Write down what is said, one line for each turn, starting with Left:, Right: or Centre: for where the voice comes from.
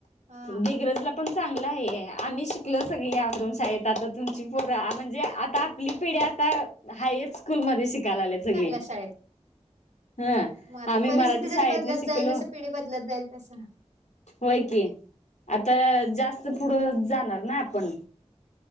Right: हा
Left: डीगरजला पण चांगलं आहे आम्ही शिकलो सगळी या आश्रम शाळेत आता तुमची पोर म्हणजे आता आपली पिढी आता हायस स्कूल मध्ये शिका लालेत सगळी.
Right: चांगल्या शाळेत
Left: हा
Right: मग आता
Left: आम्ही
Right: परिस्थिती
Left: मराठी
Right: जशी
Left: शाळेतन
Right: बदलत
Left: शिकलो.
Right: जाईल जसं पिढी बदलत जाईल तसं.
Left: होय की, आता जास्त पुढ जाणार ना आपण.